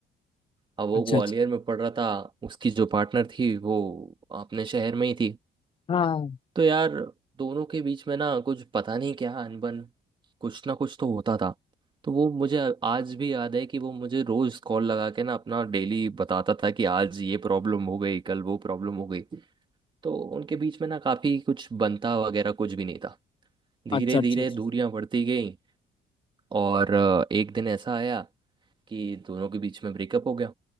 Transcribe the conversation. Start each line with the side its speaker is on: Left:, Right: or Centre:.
Right: अब वो
Left: अच्छा
Right: ग्वालियर
Left: अच्छा
Right: में पढ़ रहा था उसकी जो पार्टनर थी वो अपने शहर में ही थी
Left: हाँ हाँ।
Right: तो यार दोनों के बीच में ना कुछ पता नहीं क्या अनबन कुछ ना कुछ तो होता था तो वो मुझे आज भी याद है कि वो मुझे रोज कॉल लगा के ना अपना डेली बताता था कि आज ये प्रॉब्लम हो गई कल वो प्रॉब्लम हो गई तो उनके बीच में ना काफी कुछ बनता वगैरह कुछ भी नहीं था धीरे
Left: अच्छा अच्छा
Right: धीरे
Left: अच्छा
Right: दूरियां बढ़ती गई और अ, एक दिन ऐसा आया कि दोनों के बीच में ब्रेकअप हो गया